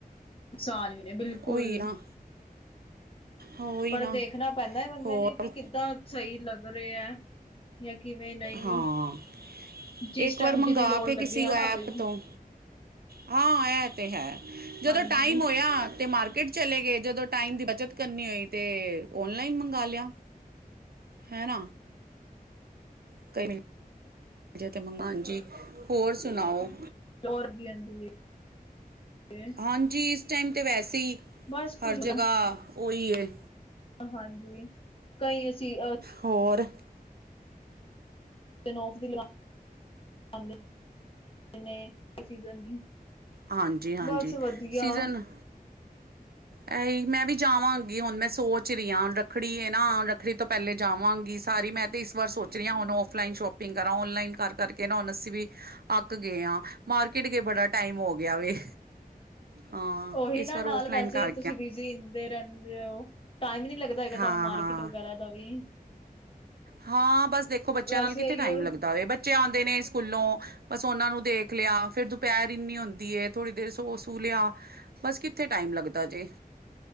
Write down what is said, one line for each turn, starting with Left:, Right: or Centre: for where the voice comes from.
Left: ਨੁਕਸਾਨ ਵੀ ਨੇ ਬਿਲਕੁਲ।
Right: ਉਹੀ ਨਾ ਉਹੀ
Left: ਪਰ
Right: ਨਾ
Left: ਦੇਖਣਾ ਪੈਂਦਾ ਐ ਬੰਦੇ
Right: ਹੋਰ
Left: ਨੇ ਕਿ, ਕਿੱਦਾਂ ਸਹੀ ਲੱਗ ਰਿਹਾ ਐ। ਯਾ ਕਿਵੇਂ ਨਈ
Right: ਹਾਂ
Left: ਜਿਸ
Right: ਇੱਕ
Left: ਟਾਈਮ
Right: ਵਾਰ ਮੰਗਵਾ
Left: ਜਿਦੀ ਲੋੜ
Right: ਕੇ
Left: ਲੱਗੇ
Right: ਕਿਸੇ
Left: ਹਨਾ
Right: ਐਪ
Left: ਬਾਈ।
Right: ਤੋਂ ਹਾਂ ਇਹ ਤੇ ਹੈ, ਜਦੋਂ
Left: ਹਾਂਜੀ
Right: ਟਾਈਮ ਹੋਇਆ ਤੇ ਮਾਰਕੀਟ ਚਲੇ ਗਏ ਜਦੋਂ ਟਾਈਮ ਦੀ ਬੱਚਤ ਕਰਨੀ ਹੋਈ ਤੇ, ਓਨਲਾਈਨ ਮੰਗਵਾ ਲਿਆ। ਹੈਨਾ? <unintelligible> ਹੋਰ ਸੁਣਾਓ।
Left: <unintelligible>
Right: ਹਾਂਜੀ ਇਸ ਟਾਈਮ ਤੇ ਵੈਸੇ ਈ,
Left: ਬਸ ਕੁਝ
Right: ਹਰ ਜਗ੍ਹਾ ਓਈ ਏ।
Left: ਹਾਂਜੀ, ਕਈ ਅਸੀਂ ਅ
Right: ਹੋਰ
Left: <unintelligible>
Right: ਹਾਂਜੀ-ਹਾਂਜੀ,
Left: ਬਸ ਵਧੀਆ
Right: ਸੀਜ਼ਨ- ਇਹੀ ਮੈਂ ਵੀ ਜਾਵਾਂਗੀ ਹੁਨ ਮੈਂ ਸੋਚ ਰਹੀ ਆਂ ਰੱਖੜੀ ਹੈ ਨਾ, ਰੱਖੜੀ ਤੋਂ ਪਹਿਲੇ ਜਾਵਾਂਗੀ ਸਾਰੀ ਮੈਂ ਤੇ ਇਸ ਵਾਰ ਸੋਚ ਰਹੀ ਆਂ ਹੁਨ ਔਫਲਾਈਨ ਸ਼ੋਪਿੰਗ ਕਰਾਂ ਔਨਲਾਈਨ ਕਰਕੇ ਨਾ ਹੁਨ ਅਸੀਂ ਵੀ ਅੱਕ ਗਏ ਆ, ਮਾਰਕਿਟ ਗਏ ਬੜਾ ਟਾਈਮ ਹੋ ਗਿਆ ਵੇ। ਹਾਂ
Left: ਉਹੀ
Right: ਇਸ
Left: ਨਾ
Right: ਵਾਰ
Left: ਨਾਲ
Right: ਔਫਲਾਈਨ
Left: ਵੈਸੇ
Right: ਕਰ
Left: ਹੀ ਤੁਸੀਂ ਬਿਜੀ ਈਦੇ ਰਹਿੰਦੇ ਹੋ, ਟਾਈਮ ਨੀ ਲੱਗਦਾ ਹੈਗਾ ਤੁਹਾਨੂੰ
Right: ਹਾਂ
Left: ਮਾਰਕੀਟ
Right: ਹਾਂ
Left: ਵਗੈਰਾ ਦਾ ਵੀ
Right: ਹਾਂ ਬਸ ਦੇਖੋ ਬੱਚਿਆਂ
Left: ਵੈਸੇ
Right: ਨਾਲ ਕਿੱਥੇ
Left: ਇਹੀਓ
Right: ਟਾਈਮ ਲੱਗਦਾ ਵੇ ਬੱਚੇ ਆਂਦੇ ਨੇ ਸਕੂਲੋਂ। ਬਸ ਉਹਨਾਂ ਨੂੰ ਦੇਖ ਲਿਆ, ਫਿਰ ਦੁਪਹਿਰ ਇੰਨੀ ਹੁੰਦੀ ਐ ਥੋੜ੍ਹੀ ਦੇਰ ਸੋ ਸੂ ਲੇਆ। ਬਸ ਕਿੱਥੇ ਟਾਈਮ ਲੱਗਦਾ ਜੇ।